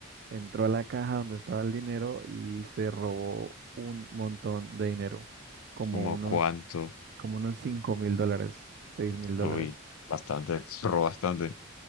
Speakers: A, on the right; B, on the left.
A: entró a la caja donde estaba el dinero y se robó un montón de dinero, como
B: ¿Cómo
A: unos,
B: cuánto?
A: como unos cinco mil dólares, seis mil dólares.
B: Uy, bastante, pero bastante.